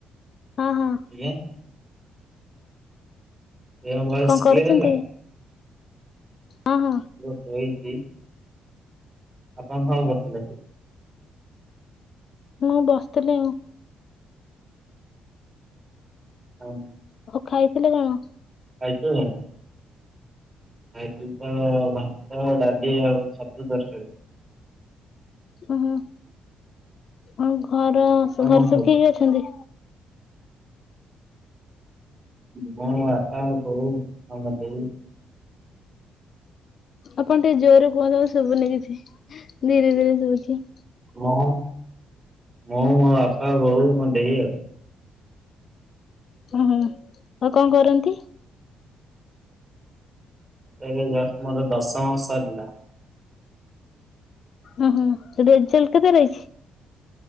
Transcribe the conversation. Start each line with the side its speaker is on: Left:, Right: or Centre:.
Left: ହଁ -ହଁ।
Right: ଆଜ୍ଞା। ଏବେ ମୋ ଭଏସ୍
Left: କଣ କରୁଛନ୍ତି?
Right: କ୍ଲିୟର ହେଲା।
Left: ହଁ -ହଁ।
Right: ରହିଛି। ଆପଣ କଁ କରୁଥିଲ?
Left: ମୁଁ ବସିଥିଲି।
Right: ହଁ।
Left: ହଉ ଖାଇଥିଲେ କଣ?
Right: କାଇଁଚ? ଖାଇଥିଲି ତ ଭାତ, ଡାଲି ଆଉ ଛତୁ ତରକାରୀ।
Left: ଓହୋ ଆଉ ଘର
Right: ଆପଣ
Left: ଘରେ
Right: କଣ
Left: ସବୁ କି ଅଛନ୍ତି?
Right: ମୁଁ ବାପା, ବୋଉ, ଦେଇ।
Left: ଆପଣ ଟିକେ ଜୋରେ କୁହନ୍ତୁ ଶୁଭୁନି କିଛି ଧୀରେ ଧୀରେ ଶୁଭୁଛି।
Right: ମୁଁ -ମୁଁ ମୋ ବାପା, ବୋଉ, ମୋ ଦେଇ ଆଉ।
Left: ଓ ହୋ ଆଉ କଣ କରନ୍ତି?
Right: ଏବେ ଜଷ୍ଟ୍ ମୋର ଦଶମ ସରିଲା।
Left: ଓ ହଁ ତ ରେଜଲ୍ଟ କେତେ ରହିଛି?